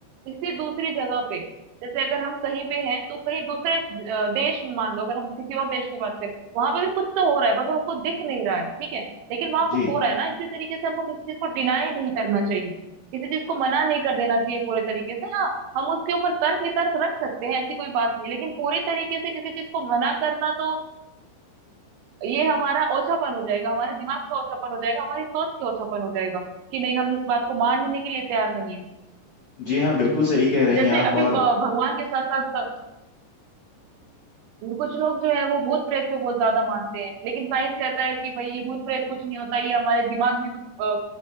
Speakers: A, on the right; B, on the left.
A: किसी दूसरी जगह पे जैसे अगर हम कहीं पे हैं तो कहीं दूसरे अ, देश में मान लो अगर हम किसी और देश की बात करें वहां पे भी कुछ तो हो रहा है बट वो हमको दिख नहीं रहा है ठीक है लेकिन वहां
B: जी
A: कुछ हो रहा है ना इसी तरीके से हमको किसी चीज को डिनाई नहीं करना चाहिए किसी चीज को मना नहीं कर देना चाहिए पूरे तरीके से हाँ हम उसके ऊपर तर्क वितर्क रख सकते हैं ऐसी कोई बात नहीं लेकिन पूरी तरीके से किसी चीज को मना करना तो ये हमारा ओछापन हो जाएगा हमारे दिमाग का ओछापन हो जाएगा हमारी सोच के ओछापन हो जाएगा कि नहीं हम इस बात को मानने के लिए तैयार नहीं है
B: जी हाँ बिल्कुल सही कह रही
A: जैसे
B: हैं आप
A: अभी
B: और
A: ब- भगवान के साथ साथ कुछ लोग जो है वो भूत प्रेत पे बहुत ज्यादा मानते हैं लेकिन साइंस कहता है कि भाई ये भूत प्रेत कुछ नहीं होता ये हमारे दिमाग में कुछ अ,